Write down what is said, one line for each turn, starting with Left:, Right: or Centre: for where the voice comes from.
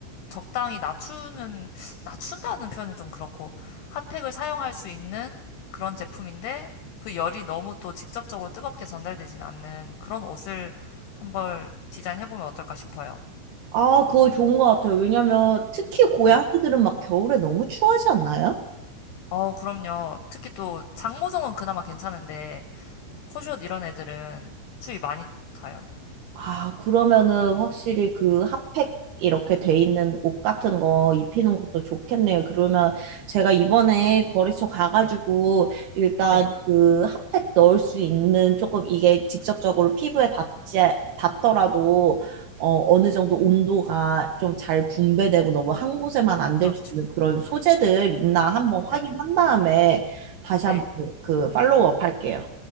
Left: 적당히 낮추는, 낮춘다는 표현은 좀 그렇고, 핫팩을 사용할 수 있는 그런 제품인데, 그 열이 너무 또 직접적으로 뜨겁게 전달되진 않는 그런 옷을 한번 디자인해보면 어떨까 싶어요.
Right: 아, 그거 좋은 것 같아요. 왜냐면 특히 고양이들은
Left: 네.
Right: 막 겨울에 너무 추하지 않나요?
Left: 어우, 그럼요. 특히 또 장모성은 그나마 괜찮은데, 코숏 이런 애들은 추위 많이 타요.
Right: 아, 그러면은 확실히 그 핫팩 이렇게 돼 있는 옷 같은 거 입히는 것도 좋겠네요. 그러면 제가 이번에 거래처 가가지고
Left: 네.
Right: 일단
Left: 네.
Right: 그 핫팩 넣을 수 있는 조금 이게 직접적으로 피부에 닿지, 닿더라도 어, 어느 정도 온도가 좀 잘 분배되고 너무 한 곳에만 안
Left: 그렇죠.
Right: 될 수 있는 그런 소재들 있나 한번 확인한
Left: 네.
Right: 다음에 다시
Left: 네.
Right: 한번 그 그 팔로우업 할게요.